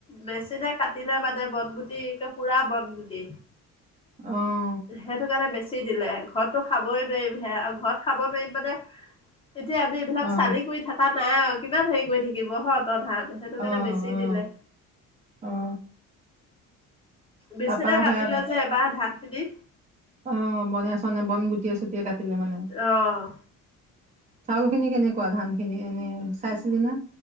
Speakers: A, on the left (about 15°); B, on the right (about 20°).
A: বেছি দে কাটিিলে মানে বন গুটি পুৰা বন গুটি
B: অ
A: সেইটো কাৰণে বেছি দিলে ঘৰতো খাবই নোৱাৰিবি হে আৰু ঘৰত খাব পাৰিম মানে এতিয়া আমি এইবিলাক
B: অ
A: চালি কৰি থাককা নাই আৰু কিমান হেৰি কৰি থাকিব হ প্ৰধান সেইটোকে
B: অ
A: বেছি
B: অ
A: দিলে
B: অ
A: মেচিনে
B: তাৰপা
A: কাটিলে
B: সেয়া
A: যে এবাৰ ধান খিনি
B: অ বনে চনে বন গুটিয় চুটিয় কাটিলে মানে
A: অ'
B: চাউল খিনি কেনেকুৱা ধান খিনি এনে চাইছিলি না